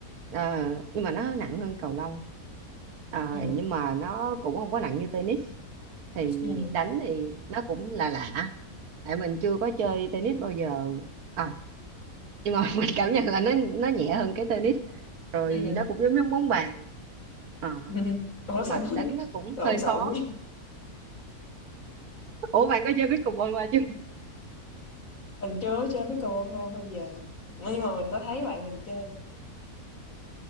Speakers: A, on the right (about 75°); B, on the left (about 60°).
A: à, nhưng mà nó nặng hơn cầu lông à,
B: Ừ.
A: nhưng mà nó cũng không có nặng như tennis thì
B: Ừ.
A: đánh thì nó cũng là lạ lạ. tại mình chưa có chơi tennis bao giờ à, nhưng mà <laughs> mình cảm nhận là nó nó nhẹ hơn cái tennis rồi
B: Ừ. <laughs>
A: nó cũng giống giống bóng bàn Ờ,
B: Ừ. Ủa
A: mà
B: sao nó
A: đánh
B: <laughs>
A: nó cũng
B: lộn
A: hơi
B: xộn
A: khó
B: quá?
A: ủa bạn có chơi pickleball qua chưa
B: Mình chưa có chơi pickleball bao bao giờ. Nhưng mà mình có thấy bạn mình chơi.